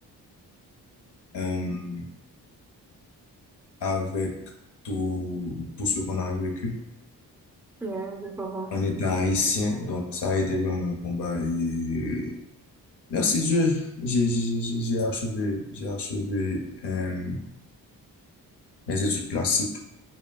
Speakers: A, on the left; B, in the centre.
A: euh, avec tout, tout ce qu'on a vécu
B: Yeah, je comprends.
A: en étant haïtien, donc ça a été vraiment un combat et Merci Dieu, j'ai j'ai- j'ai- j'ai achevé, j'ai achevé euh, mes études classiques